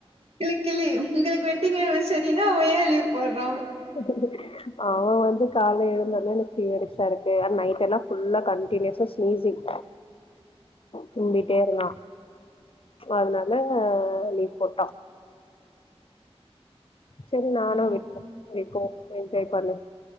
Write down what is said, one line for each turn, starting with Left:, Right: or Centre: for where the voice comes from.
Right: ஆக்சுவலி உங்களுக்கு வெட்டிங் அன்வர்சரின்னா அவ ஏன் லீவ் போடுறா?
Left: <unintelligible> அவ வந்து கால்ல எழுந்ததிலேர்ந்து ஃபீவரிஸா இருக்கு அது நைட் எல்லா ஃபுல்லா கண்டியூஸா ஸ்னீசிங் தும்மிட்டே இருந்தா அதனால ஆ லீவ் போட்டா செரி நானு
Right: ஓ!
Left: விட்டுட்டே லீவ் போட்டு என்ஜாய் பண்ணட்டு